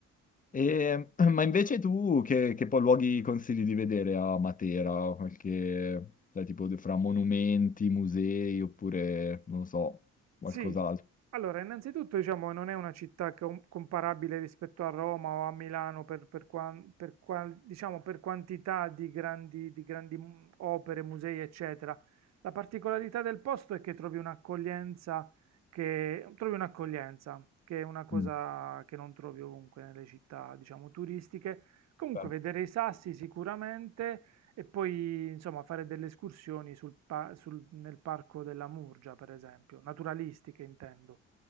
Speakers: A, on the left; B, on the right.
A: E, <clears throat> ma invece tu che, che poi luoghi consigli di vedere a Matera? Qualche, cioè tipo fra monumenti, musei oppure, non lo so, qualcos'altro.
B: Sì, allora, innanzitutto diciamo che non è una città com- comparabile rispetto a Roma o a Milano per, per quan- per qual- diciamo, per quantità di grandi, di grandi mu- opere, musei, eccetera. La particolarità del posto è che trovi un'accoglienza che, trovi un'accoglienza, che è una cosa
A: Mm.
B: che non trovi ovunque nelle città, diciamo, turistiche. Comunque,
A: Certo.
B: vedere i sassi sicuramente. E poi, insomma, fare delle escursioni sul pa- sul- nel parco della Murgia, per esempio, naturalistiche intendo.